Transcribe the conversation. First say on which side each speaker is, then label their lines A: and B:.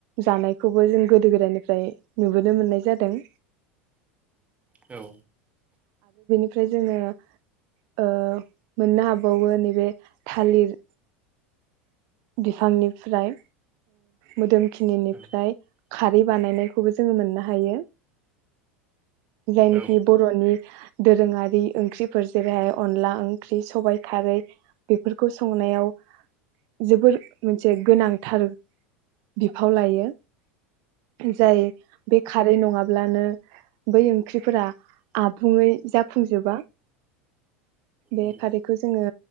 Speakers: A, on the right; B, on the right.
A: जानायखौबो जों गोदो गोदायनिफ्राय नुबोनो मोननाय जाद दों
B: औ
A: ओमफ्राय जोङो ओ मोननो हाबावो नैबे थालिर बिफांनिफ्राय मोदोम खिनिफ्राय
B: औ
A: खारै बानायनायखौबो जोङो मोननो हायो जायनोखि
B: औ
A: बरनि दोरोङारि ओंख्रिफोर जेरैहाय अनला ओंख्रि सबाइ खारै बे बेफोरखौ संनायाव जोबोर मोनसे गोनांथार बिफाव लायो। जाय बे खारै नङा ब्लानो बै ओं ओंख्रिफोरा आबुङै जाफुंजोबा बे
B: उम
A: खारैखौ जोङो